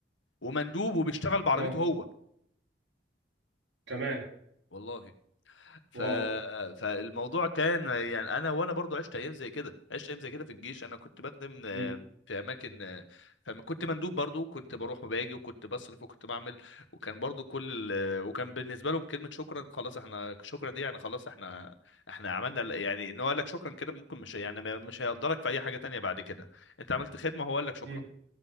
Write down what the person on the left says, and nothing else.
ومندوب وبيشتغل بعربيته
هو
والله ف...
فالموضوع كان يعني انا وانا برضو عشت ايام زي كده عشت ايام زي كده في الجيش انا كنت بخدم آه،
في اماكن آه، فكنت مندوب برضو كنت بروح وباجي وكنت بصرف وكنت بعمل وكان برضو كل ال... وكان بالنسبه لهم كلمه شكرا خلاص احنا شكرا دي يعني خلاص احنا احنا عملنا ال- يعني ان هو قال لك شكرا كده ممكن مش يعني ما- مش هيقدرك في اي حاجه تانية بعد كده انت عملت خدمه هو قال لك شكرا